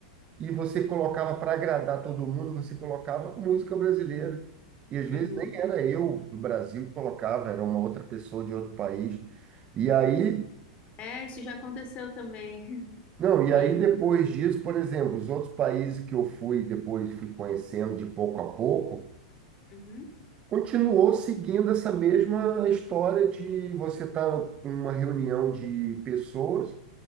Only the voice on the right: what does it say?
e você colocava para agradar todo mundo, você colocava música brasileira. E às vezes
nem era eu do Brasil que colocava, era uma outra pessoa de outro país. E aí
Não,
e aí depois disso, por exemplo, os outros países que eu fui, depois fui conhecendo de pouco a pouco,
continuou seguindo essa mesma história de você estar tá numa reunião de pessoas